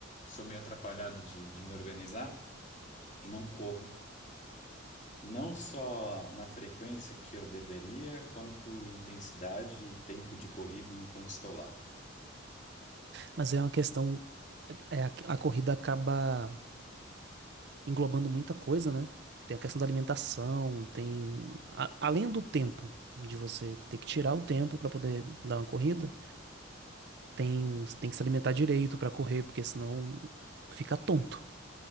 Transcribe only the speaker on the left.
sou meio atrapalhado de, de me organizar e não corro. Não só na frequência que eu deveria, quanto intensidade e tempo de corrida enquanto estou lá.